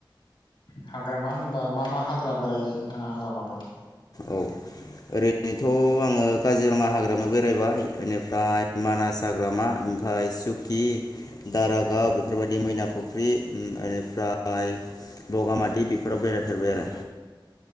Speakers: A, on the left (about 70°); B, on the left (about 50°).
A: हाग्रामा होनबा मा मा हाग्रा बेरायहैखो नोंथाङा हाग्रामायाव
B: औ ओरैनोथ आंङो काजिरङा हाग्रायाव बेरायबाय। बेनिफ्राय मानास हाग्रामा ओमफाय सुकि दारागाव बेफोरबायदि मैना फुख्रि उम इनिफ्राय फाय बगामाथि बेफोराव बेरायफेरबाय आरो।